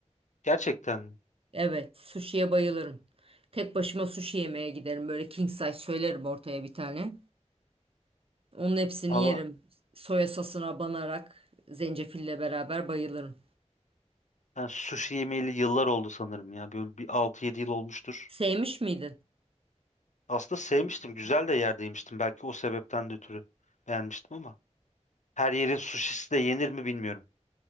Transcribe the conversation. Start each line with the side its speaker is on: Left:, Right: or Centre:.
Left: gerçekten mi?
Right: Evet, sushi'ye bayılırım. Tek başıma sushi yemeye giderim. Böyle king size söylerim ortaya bir tane. Onun hepsini
Left: Allah
Right: yerim. Soya sosuna banarak zencefille beraber bayılırım.
Left: ben sushi yemeyeli yıllar oldu sanırım ya böyle bir altı yedi yıl olmuştur.
Right: Sevmiş miydin?
Left: Aslında sevmiştim. Güzel de yerde yemiştim. Belki o sebepten de ötürü beğenmiştim ama. Her yerin suşisi de yenir mi bilmiyorum.